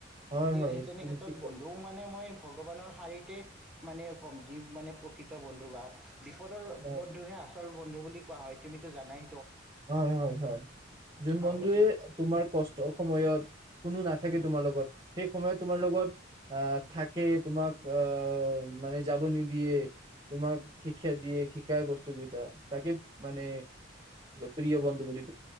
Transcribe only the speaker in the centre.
গতিকে
স তেনে
ক্ষেত্ৰত
বন্ধু মানে মই ভগৱানৰ সাহি তে মানে কম যি মানে প্ৰকৃত বন্ধু বা বিপদৰ
বন্ধুহে আছে। চল বন্ধু বুলি কোৱা হয় তুমিতো জানাই।
অঁ
গতিকে
উম